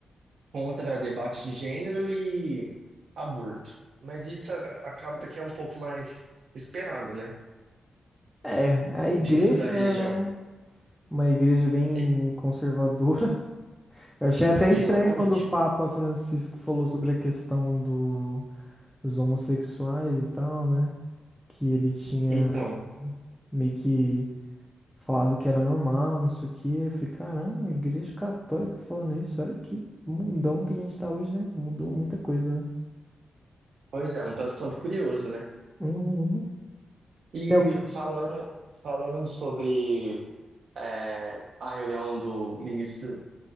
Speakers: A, on the right; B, in the centre.
A: contra debate de gênero e aborto. Mas isso a- acaba que é um pouco mais esperado, né?
B: É, é a igreja,
A: Vindo da religião.
B: né? Uma igreja bem
A: E-
B: conservadora. <laughs> Eu achei até
A: exatamente.
B: estranho quando o Papa Francisco falou sobre a questão do, dos homossexuais e tal, né? Que ele tinha
A: Então,
B: meio que falado que era normal, não sei o quê. Eu falei, caramba, a igreja católica falando isso, olha que mundão que a gente tá hoje, né? Mudou muita coisa, né?
A: pois é, um tanto quanto curioso, né?
B: Uhum. Você
A: E
B: tem algum-
A: falando, falando sobre é, a reunião do ministro.